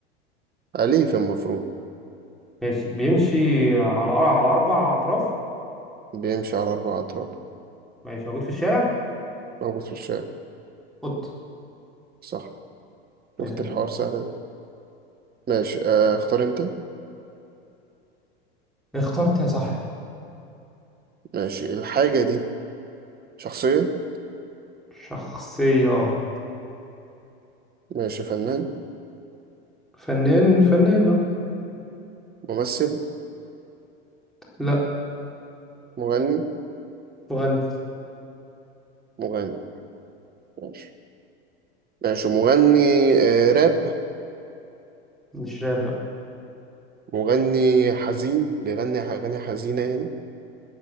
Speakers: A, on the right; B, in the centre.
A: أليف المفروض
B: ماشي بيمشي على أر- على أربع أطراف
A: بيمشي على أربع أطراف
B: ماشي موجود في الشارع
A: موجود في الشارع
B: قط
A: صح شفت
B: يا خدمة
A: الحوار سهل ده ماشي آه... اختار أنت
B: اخترت يا صاحبي
A: ماشي الحاجة دي شخصية
B: شخصية
A: ماشي فنان
B: فنان فنانة
A: ممثل
B: لا
A: مغني
B: مغني
A: مغني ماشي ماشي مغني آه راب
B: مش راب لا
A: مغني حزين بيغني أغاني حزينة يعني